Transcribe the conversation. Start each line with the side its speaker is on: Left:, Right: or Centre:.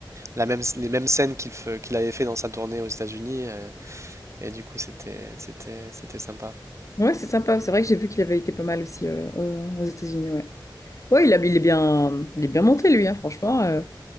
Right: la même, les mêmes scènes qu'il fe- qu'il avait fait dans sa tournée aux États-Unis. euh, et du coup, c'était, c'était, c'était sympa.
Left: Ouais, c'est sympa. C'est vrai que j'ai vu qu'il avait été pas mal aussi euh, euh, aux États-Unis, ouais. Ouais, il a, il est bien, il est bien monté, lui, hein, franchement. euh.